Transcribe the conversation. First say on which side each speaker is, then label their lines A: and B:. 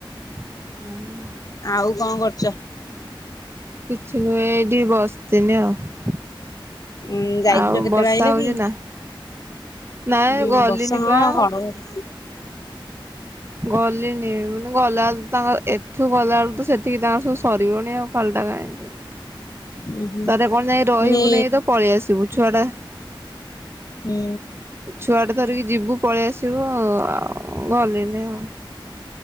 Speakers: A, on the right (about 25°); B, on the left (about 45°).
A: ହଁ
B: ଆଉ କଣ କରୁଛ?
A: କିଛି ନୁହେଁ। ଡି ବସିଥିଲି ଆଉ ଦି
B: ଉଁ ଯାଇଥିଲ
A: ଆଉ
B: କେତେବେଳେ
A: ବର୍ଷା
B: ଆଇଲ
A: ହଉଛି
B: କି?
A: ନା ନାଇ
B: ଉଁ
A: ଗଲିଣି
B: ବର୍ଷା ହଁ
A: ବା
B: ଘଡଘଡି
A: ଗଲିଣି ମୁଁ ଗଲାବେଳ ତାଙ୍କର ଏଠୁ ଗଲାବେଳୁ ତ ସେଠିକି ତାଙ୍କର ସବୁ ସରିବନି ଆଉ କାଲିଟା କାହିଁକ ଯିବି
B: ଉଁ ହୁଁ
A: ତରେ କଣ ଯାଇ ରହିବୁନାଇ
B: ମାନେ
A: ତ ପଳେଇ ଆସିବୁ ଛୁଆ ଟା
B: ହୁଁ।
A: ଛୁଆଟେ ଧରିକି ଯିବୁ ପଳେଇ ଆସିବୁ ଆଉ ଗଲେନି ଆଉ